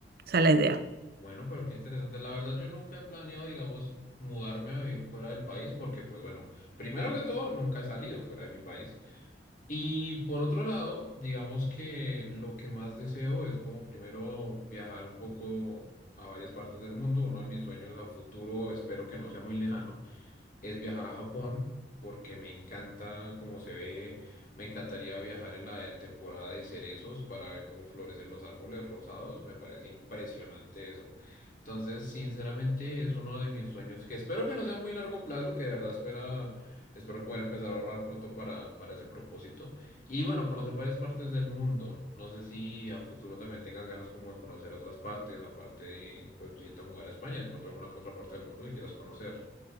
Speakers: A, on the right; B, on the left.
A: Esa es la idea.
B: Bueno, pero qué interesante. La verdad yo nunca he planeado, digamos, mudarme a vivir fuera del país porque, pues bueno, primero que todo, nunca he salido fuera de mi país. Y por otro lado, digamos que lo que más deseo es como primero viajar un poco a varias partes del mundo. Uno de mis sueños a futuro, espero que no sea muy lejano es viajar a Japón, porque me encanta cómo se ve. Me encantaría viajar en la temporada de cerezos para ver cómo florecen los árboles rosados. Me parece impresionante eso. Entonces, sinceramente, es uno de mis sueños que espero que no sea muy largo plazo, que de verdad espera, espero poder empezar a ahorrar pronto para, para ese propósito. Y bueno, conocer varias partes del mundo. No sé si a futuro también tengas ganas como de conocer otras partes, aparte de, pues, si te mudar a España, de pronto alguna otra parte del mundo que quieras conocer.